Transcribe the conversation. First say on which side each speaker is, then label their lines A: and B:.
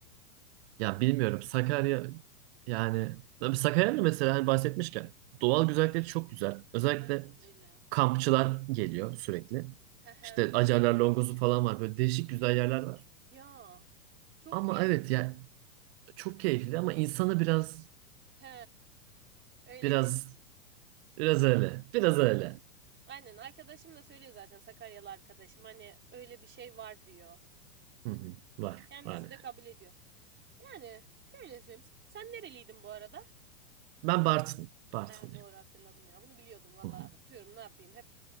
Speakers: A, on the right; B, on the right.
A: Ya bilmiyorum. Sakarya yani Tabii Sakarya'nın mesela hani bahsetmişken doğal güzellikleri
B: Ha,
A: çok güzel. Özellikle
B: Bu arada öyle.
A: kampçılar geliyor sürekli.
B: <laughs>
A: İşte Acarlar Longozu falan var. Böyle değişik güzel yerler var.
B: Ya çok
A: Ama
B: keyifli.
A: evet ya çok keyifli ama insanı biraz
B: He, öyle
A: biraz
B: diyor.
A: biraz öyle. Biraz öyle.
B: Aynen arkadaşım da söylüyor zaten Sakaryalı arkadaşım hani öyle bir şey var diyor.
A: Hı hı. Var.
B: Kendisi
A: Var yani.
B: de kabul ediyor. Yani şöyle söyleyeyim. Sen nereliydin bu arada?
A: Ben Bartın. Bartınlıyım.
B: Ha, doğru hatırladım ya. Bunu biliyordum valla.
A: Hı hı.
B: Unutuyorum ne yapayım hep